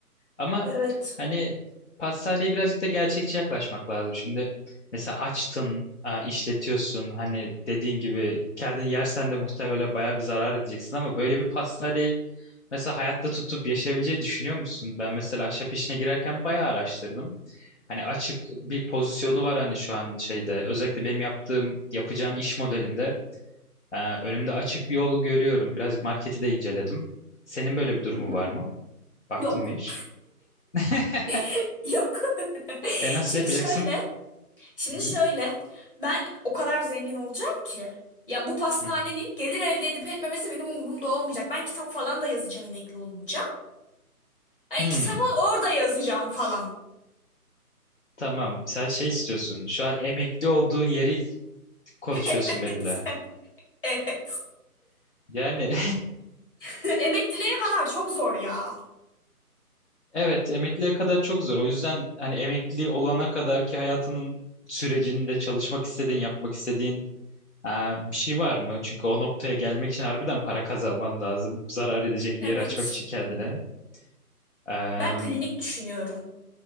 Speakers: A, on the left; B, on the left.
A: Ama
B: Evet.
A: hani pastaneye birazcık da gerçekçi yaklaşmak lazım. Şimdi mesela açtın, a, işletiyorsun. Hani dediğin gibi kendin yersen de muhtemelen bayağı bir zarar edeceksin ama böyle bir pastaneyi mesela hayatta tutup yaşayabileceği düşünüyor musun? Ben mesela ahşap işine girerken bayağı araştırdım. Hani açık bir pozisyonu var hani şu an şeyde özellikle benim yaptığım yapacağım iş modelinde e, önümde açık bir yol görüyorum. Birazcık marketi de inceledim. Senin böyle bir durumu
B: Hı hı.
A: var mı? Baktın
B: Yok.
A: mı hiç? <laughs>
B: <laughs> Yok. <laughs>
A: E nasıl
B: Şimdi
A: yapacaksın?
B: şöyle. Şimdi
A: Hı hı.
B: şöyle, ben o kadar zengin olacağım ki. Ya bu pastanenin
A: Hı.
B: gelir elde edip etmemesi benim umurumda olmayacak. Ben kitap falan da yazacağım emekli olunca. Yani
A: Hmm,
B: kitabı orada yazacağım falan.
A: tamam. Sen şey istiyorsun. Şu an emekli olduğun yeri konuşuyorsun
B: <laughs> Evet.
A: benimle.
B: Evet.
A: Yani
B: <laughs> Emekliliğe kadar
A: <laughs>
B: çok zor ya.
A: evet emekliye kadar çok zor. O yüzden hani emekli olana kadar ki hayatının sürecinde çalışmak istediğin, yapmak istediğin e, bir şey var mı? Çünkü o noktaya gelmek için harbiden para kazanman lazım. Zarar edecek
B: Evet.
A: bir yer açmak için kendine. E,
B: Ben klinik düşünüyorum.